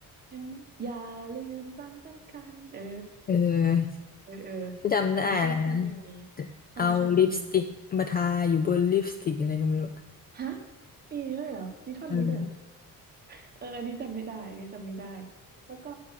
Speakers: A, on the right; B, on the left.
A: เป็นอย่าลืมความสำคัญเออ
B: เออ
A: เออเออ
B: จำได้อะไรนะ
A: เออชอบชอบเพลงนี้ใช่ชอบเพลงนี้
B: เอาลิปสติกมาทาอยู่บนลิปสติกอะไรก็ไม่รู้
A: ฮะมีด้วยเหรอมีท่อนนี้ด้วยเหรอ
B: เออ
A: เอออันนี้จำไม่ได้ อันนี้จำไม่ได้ แล้วก็